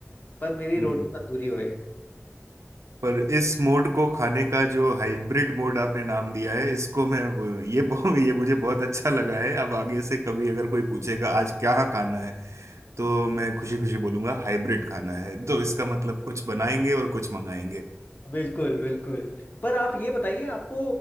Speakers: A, on the left; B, on the right.
A: पर मेरी
B: हम्म
A: रोटी तंदूरी होए है
B: पर इस मोड को खाने का जो हाइब्रिड मोड आपने नाम दिया है इसको मैं वो- ये बहु- ये मुझे बहुत अच्छा लगा है अब आगे से कभी अगर कोई पूछेगा आज क्या खाना है तो मैं खुशी खुशी बोलूंगा हाइब्रिड खाना है तो इसका मतलब कुछ बनाएंगे और कुछ मंगाएंगे
A: बिल्कुल बिल्कुल पर आप ये बताइए आपको